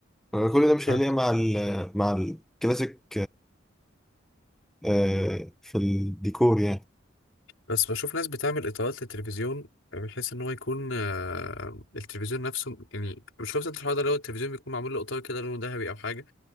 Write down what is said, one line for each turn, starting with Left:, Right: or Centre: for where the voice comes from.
Centre: فكل ده مش
Left: مم.
Centre: هيليق مع ال مع الكلاسيك آه، في الديكور يعني
Left: بس بشوف ناس بتعمل اطارات للتلفزيون بحيث ان هو يكون آه، التلفيزيون نفسه يعني مش شفت انت الحوار ده لو التلفزيون بيكون معمول له اطار كده لونه ذهبي او حاجه